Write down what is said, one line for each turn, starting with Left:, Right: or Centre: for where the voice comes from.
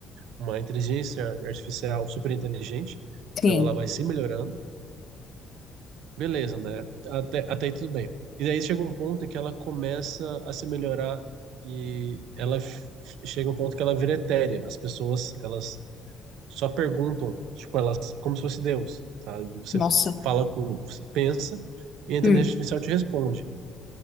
Right: uma inteligência artificial super inteligente,
Left: sim.
Right: então ela vai se melhorando, beleza, né? Até, até aí tudo bem. E daí chega um ponto em que ela começa a se melhorar e ela f- chega um ponto que ela vira etérea. As pessoas, elas só perguntam, tipo, elas, como se fosse Deus, sabe? Você
Left: Nossa.
Right: fala com, você pensa e a inteligência
Left: Hum.
Right: artificial te responde.